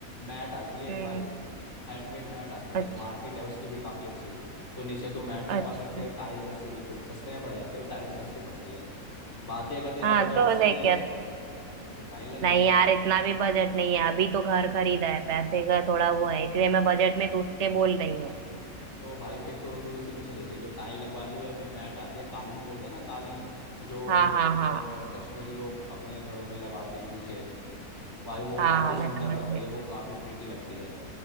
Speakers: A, on the left; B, on the right.
A: मैट आती है एक
B: हम्म,
A: भाई हैंडमेड मैट आती
B: अच्छा
A: है मार्केट है उसकी भी काफ़ी अच्छी तो नीचे तू मैट लगवा
B: अच्छा
A: सकती है टाइल जैसी बिल्कुल सस्ते में पड़ जाती है वो टाइल से सस्ती पड़ती है बाकी अगर तेरा
B: हाँ
A: बजट
B: तो
A: सही
B: देख
A: है
B: यार
A: तो टाइल लगवा
B: नहीं
A: लियो
B: यार इतना भी बजट नहीं है अभी तो घर खरीदा है पैसे का थोड़ा वो है इसलिए मैं बजट में तुझसे बोल रही हूँ
A: तो भाई फिर तो तू इसी में चली जाइयो टाइल लगवा लियो या फिर मैट आती है कालीन बोलते हैं ना कालीन जो
B: हाँ हाँ हाँ
A: ओ, कश्मीरी लोग अपने घरों में लगाते हैं नीचे भाई वो
B: हाँ
A: काफी
B: हाँ
A: सुंदर
B: मैं समझ
A: लगती
B: गई
A: है वो काफी प्रीटी लगती है